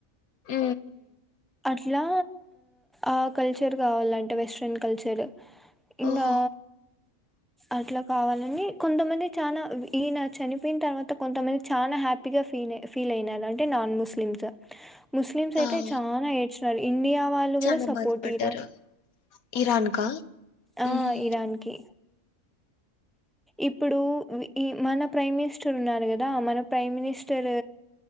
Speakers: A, on the left; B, in the centre.
A: అ
B: అట్లా ఆ కల్చర్ కావాలంటే వెస్ట్రన్ కల్చర్ ఇకా
A: ఓహో
B: అట్లా కావాలని కొంతమంది చాలా ఈయన చనిపోయిన తర్వాత కొంతమంది చనాా హ్యాపీగా ఫీల్ ఫీల్ అయినారు అంటే నాన్ ముస్లిమ్స్ ముస్లిమ్స్ అయితే
A: ఆ
B: చాలాడ్ ఇండియా వాళ్ళు
A: చానా
B: కూడా సపోర్ట్
A: బాధపడ్డారు
B: ఇరాన్
A: ఇరాన్ కా
B: ఆ
A: ఉహు
B: ఇరాన్ కి ఇప్పుడు మన ప్రైమ్ మినిస్టర్ ఉన్నారు కదా మన ప్రైమ్ మినిస్టర్